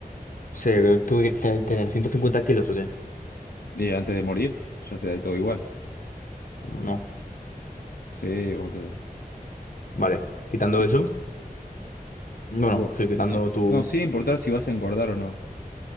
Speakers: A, on the left; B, on the left.
A: Sí, ¿tuve que te- tener 150 kilos o qué?
B: Y antes de morir, ya te da todo igual.
A: No.
B: Sí, boludo.
A: Vale. Quitando
B: Tipo,
A: eso. No,
B: tipo,
A: no, sí, quitando
B: sí-
A: tu.
B: no, sin importar si vas a engordar o no.